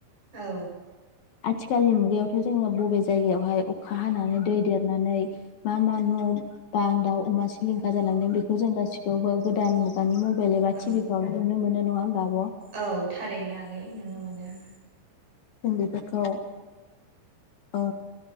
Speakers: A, on the right (about 80°); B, on the left (about 60°).
A: औ
B: आथिखालनि मुगायावथ जोङो बबे जायगायावहाय अखा खा हानानै दै देरनानै मा मा न बां दाउ अमा सिलिंखार जालांदों बेखौ जों गासिखौबो गोदान मुगानि म बेल एबा टिभि
A: औ
B: फोरावनो नुनो मोन नङा नङा होमबा आब'
A: औ थारैनो आगै नुनो मोनो
B: जों बेफोरखौ ओ